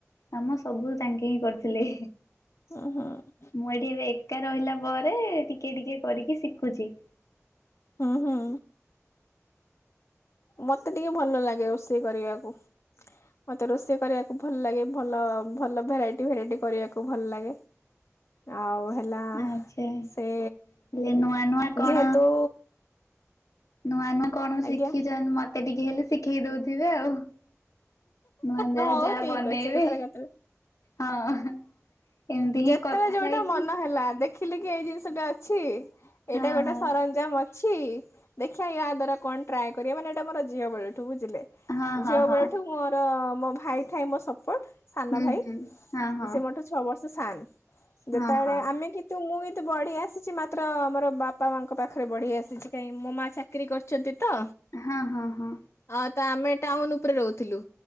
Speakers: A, on the left; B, on the left.
A: କାମ ସବୁ ତାଙ୍କେ ହିଁ କରିଥିଲେ।
B: ହଁ ହଁ।
A: ମୁଁ ଏଠି ଏବେ ଏକା ରହିଲା ପରେ ଟିକେ ଟିକେ କରିକି ଶିଖୁଛି।
B: ହଁ ହଁ। ମତେ ଟିକେ ଭଲ ଲାଗେ ରୋଷେଇ କରିବାକୁ। ମତେ ରୋଷେଇ କରିବାକୁ ଭଲ ଲାଗେ ଭଲ ଭଲ ଭେରାଇଟି ଭେରାଇଟି କରିବାକୁ ଭଲ ଲାଗେ। ଆଉ ହେଲା
A: ଆଚ୍ଛା
B: ସେ
A: ହେଲେ ନୂଆ ନୂଆ କଣ
B: ଯେହେତୁ
A: ନୂଆ ନୂଆ କଣ ଶିଖିଚନ
B: ଆଜ୍ଞା
A: ମତେ ଟିକେ ହେଲେ ଶିଖେଇ ଦୋଉଥିବେ ଆଉ। ନୁଆ ଯାହା
B: ହଉ
A: ଯାହା
B: ଠିକ
A: ବନେଇବେ।
B: ଅଛି କେତେବେଳେ କେତେବେଳେ
A: ହଁ ଏମତି
B: ଯେତେବେଳେ
A: ହିଁ କଥା
B: ଯୋଉଟା
A: ହେଇକି
B: ମନ ହେଲା ଦେଖିଲି କି ଏଇ ଜିନିଷଟା ଅଛି ଏଇଟା
A: ହଁ
B: ଗୋଟେ
A: ହଁ
B: ସରଞ୍ଜାମ ଅ ଛି ଦେଖିବା ୟା ଦ୍ଵାରା କଣ ଟ୍ରାଏ କରିବା ମାନେ ଏଇଟା ମୋର ଝିଅ ବେଳଠୁ ବୁଝିଲେ
A: ହଁ ହଁ
B: ଝିଅ
A: ହଁ
B: ବେଳଠୁ ମୋର ମୋ ଭାଇ ଥାଏ ମୋ ସପୋର୍ଟ ସାନ
A: ହୁଁ
B: ଭାଇ
A: ହୁଁ ହଁ ହଁ
B: ସେ ମୋଠୁ ଛୋ ଛଅ ବର୍ଷ ସାଆନ୍। ଯେତେବେଳେ
A: ହଁ ହଁ।
B: ଆମେ କି ନ୍ତୁ ମୁଁ ବି ତ ବଢି ଆସିଛି ମାତ୍ର ଆମର ବାପା ମାଙ୍କ ପାଖରେ ବଢି ଆସିଛି କାହିଁ ମୋ ମା ଚା କିରୀ କରିଛନ୍ତି ତ
A: ହଁ ହଁ ହଁ।
B: ହଁ ତ ଆମେ ଟାଉନ ଉପରେ ରହୁଥିଲୁ।